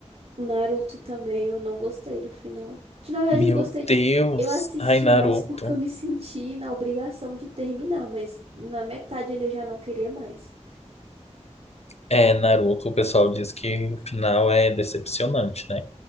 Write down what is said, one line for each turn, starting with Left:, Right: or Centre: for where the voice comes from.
Right: o Naruto também eu não gostei do final. De, na verdade,
Left: Meu
Right: eu gostei de.
Left: Deus.
Right: Eu assisti
Left: Ai, Naruto.
Right: mais porque eu me senti na obrigação de terminar, mas na metade ali eu já não queria mais.
Left: É, Naruto, o pessoal diz que o final é decepcionante, né?